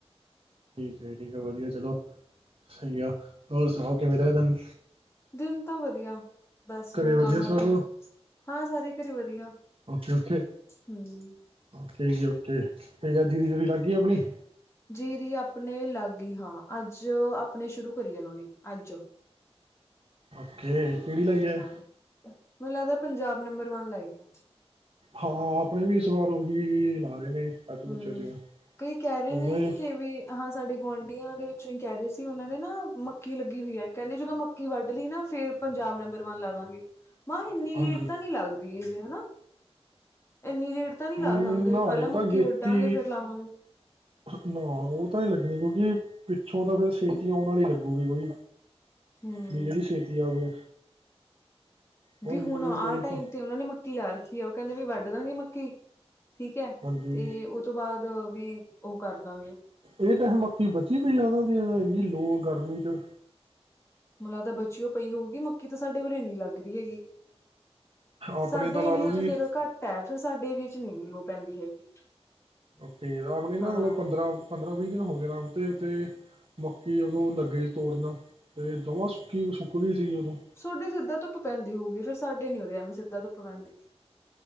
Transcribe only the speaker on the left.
ਦਿਨ ਤਾਂ ਵਧੀਆ ਬਸ ਜਿਵੇਂ
ਨੋਰਮਲ
ਦਿਨ ਦਾ ਹਾਂ ਸਾਰੀ <unintelligible> ਵਧੀਆ
ਹੂੰ।
ਜੀਰੀ ਆਪਣੇ ਲਾਗੀ ਹਾਂ ਅੱਜ ਆਪਣੇ ਸ਼ੁਰੂ ਕਰੀਏ ਲਾਉਣੀ ਅੱਜ
ਹਾਂ ਮੈਨੂੰ ਲੱਗਦਾ ਪੰਜਾਬ ਨੰਬਰ ਵਨ ਲਾਈ ਆ
ਹੂੰ
ਕਈ ਕਹਿ ਰਹੇ ਨੇ
ਕਿ ਵੀ ਹਾਂ ਸਾਡੇ ਗੁਆਂਢੀਆਂ ਦੇ ਵਿੱਚੋਂ ਹੀ ਕਹਿ ਰਹੇ ਸੀ ਉਹਨਾਂ ਦੇ ਨਾ ਮੱਕੀ ਲੱਗੀ ਹੋਈ ਹੈ ਕਹਿੰਦੇ ਜਦੋਂ ਮੱਕੀ ਵੱਢ ਲਈ ਨਾ ਫੇਰ ਪੰਜਾਬ ਨੰਬਰ ਵਨ ਲਾਦਾਂਗੇ ਮਹਾ ਇੰਨੀ ਲੇਟ
ਤਾਂ ਨਹੀਂ ਲੱਗਦੀ ਇਹ ਨਾ ਏਨੀ ਲੇਟ ਤਾਂ ਨਹੀਂ
ਲਾ ਸਕਦੇ
ਵੀ ਪਹਿਲਾਂ
ਮੱਕੀ
ਵੱਢਾਂਗੇ ਫੇਰ ਲਾਵਾਂਗੇ
ਹੂੰ
ਵੀ
ਹੁਣ ਆਹ
ਟਾਈਮ ਤੇ ਉਹਨਾਂ ਨੇ ਮੱਕੀ ਲਾ ਰੱਖੀ ਆ ਉਹ ਕਹਿੰਦੇ ਵੀ ਵੱਢ ਦਾਂਗੇ ਮੱਕੀ ਠੀਕ ਹੈ
ਤੇ ਉਹ ਤੋਂ ਬਾਅਦ ਵੀ ਉਹ ਕਰ ਦਾਂਗੇ
ਮੈਨੂੰ ਲੱਗਦਾ ਬਚੀਓ ਪਈ ਹੋਊਗੀ ਮੱਕੀ ਤਾਂ ਸਾਡੇ ਉਰੇ ਇਨੀ ਲੱਗ ਰਹੀ ਗੀ
ਸਾਡੇ
ਏਰੀਏ
ਚ
ਫੇਰ ਘੱਟ ਐ ਫਿਰ ਸਾਡੇ ਏਰੀਏ ਚ ਨੀ ਐਨੀ ਲੋ ਪੈਂਦੀ ਹੈਗੀ
ਹਾਂ।
ਤੁਹਾਡੀ ਸਿੱਧਾ ਧੁੱਪ ਪੈਂਦੀ ਹੋਊਗੀ ਫੇਰ ਸਾਡੇ ਨੀ ਉਰੇ ਐਵੇਂ ਸਿੱਧਾ ਧੁੱਪ ਪੈਂਦੀ